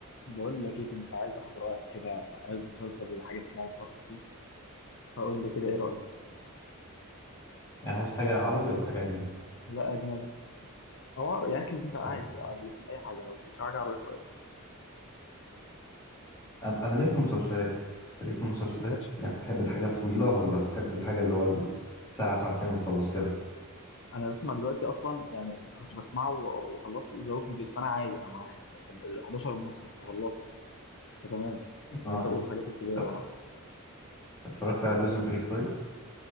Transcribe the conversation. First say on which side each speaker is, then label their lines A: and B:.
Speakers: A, on the left; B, on the left.
A: بقول لك ايه كنت عايز اخد رايك كده عايز مسلسل ولا حاجه اسمعه الفتره دي فقول لي كده ايه رايك
B: يعني عاوز حاجة عربي ولا حاجة أجنبي؟
A: لا اجنبي او عربي يعني انت انت عادي
B: أجنبي.
A: آه، الاتنين اي حاجه لو مش حاجه عربي كويس
B: أنا أنا ليه في المسلسلات؟ ليه في المسلسلات؟
A: مالكش
B: يعني بتحب الحاجة الطويلة ولا بتحب الحاجة اللي هو ساعة ساعتين وخلاص كده؟
A: انا بسمع دلوقتي اصلا يعني كنت بسمعه و- وخلصت ذا ووكينج ديد فانا عادي انا معاك 11 موسم فخلصت فتمام يعني
B: اه
A: انت قول الحاجات الكبيره
B: طب
A: انا معاك
B: اتفرجت على بريزون بريك طيب؟